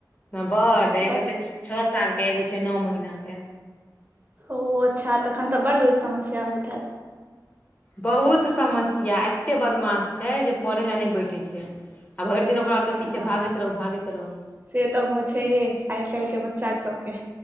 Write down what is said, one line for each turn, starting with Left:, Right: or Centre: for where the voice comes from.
Left: बड एगो
Right: बट
Left: छै छओ साल के एगो छै नओ महीना के
Right: ओ अच्छा तखन तऽ बड समस्या होइत हैत
Left: बहुत समस्या एतेक बदमाश छै जे पढ़य लेल नहि बैठै छै आ भरि दिन ओकरा
Right: से
Left: आओरके पीछे
Right: हँ
Left: भागैत रहू भागैत रहू
Right: से तऽ भऽ छैहिये आइ काल्हिके बच्चा सभके